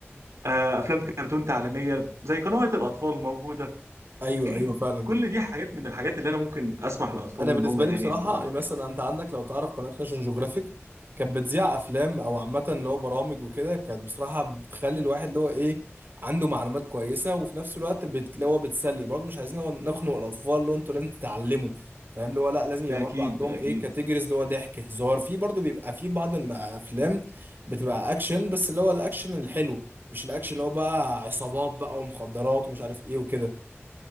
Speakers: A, on the right; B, on the right.
A: آه، افلام كرتون تعليميه زي قنوات الاطفال موجوده
B: ايوه
A: <clears throat>
B: ايوه فعلا
A: كل دي حاجات من الحاجات اللي انا ممكن اسمح لاطفالي
B: انا بالنسبه
A: ان هم يعني
B: لي بصراحه
A: يتفرجوا
B: يعني مثلا
A: عليها
B: انت عندك لو تعرف قناه ناشونال جيوغرافيك كانت بتذيع افلام او عامه اللي هو برامج وكده كانت بصراحه بتخلي الواحد اللي هو ايه عنده معلومات كويسه وفي نفس الوقت بت- اللي هو بتسلي برضه مش عايزين هو نخنق الاطفال اللي هو انتوا لازم تتعلموا فاهم اللي هو لا لازم يبقى
A: ده اكيد
B: برضه عندهم
A: ده اكيد
B: ايه كاتيجوريز اللي هو ضحك هزار في برضه بيبقى في بعض الافلام بتبقى اكشن بس اللي هو الاكشن الحلو مش الاكشن اللي هو بقى عصابات بقى ومخدرات ومش عارف ايه وكده